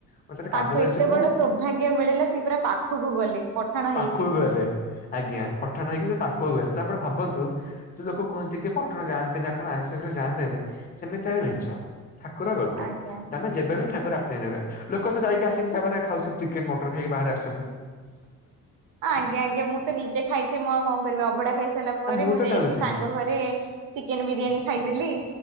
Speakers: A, on the left; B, on the right.
A: ମତେ
B: ତାଙ୍କୁ
A: କାନ୍ଦ ଲାଗୁଛି
B: ଏତେ
A: ମୁଁ
B: ବଡ଼ ସୌଭାଗ୍ୟ ମିଳିଲା ସି ପୁରା ପାଖକୁ ଗଲେ ପଠାଣ
A: ପାଖକୁ
B: ହେଇକିବି।
A: ଗଲେ ଆଜ୍ଞା ପଠାଣ ହେଇକି ସେ ପାଖକୁ ଗଲେ ତ ଆପଣ ଭାବନ୍ତୁ ଯୋଉ ଲୋକ କୁହନ୍ତି କି ପଠାଣ ଯାଆନ୍ତିନି ଆପଣ ଆଇଁଷଖାଇଲେ ଯାଆନ୍ତିନି ସେମିତି ଆଜ୍ଞା ମିଛ। ଠାକୁର ଗୋଟେ
B: ଆଜ୍ଞା
A: ତମେ ଯେବେଗଲେ ଠାକୁର ଆପଣେଇ ନେବେ ଲୋକ ତ ଯାଇକି ଆସିକି ତାପରେ ଖାଉଛନ୍ତି ଚିକେନ ମଟନ୍ ଖାଇକି ବାହାରେ ଆସ
B: ଆଜ୍ଞା ଆଜ୍ଞା ମୁଁ ତ ନିଜେ ଖାଇଛି ମୁଁ ଆଉ କଣ କରିବି ଅଭଢା ଖାଇସାରିଲା ପରେ
A: ଆ
B: ମୁଁ
A: ତ
B: ଯାଇକି
A: ଖାଉଛି
B: ସାଙ୍ଗ ଘରେ ଚିକେନ୍ ବିରିୟାନୀ ଖାଇଦେଲି।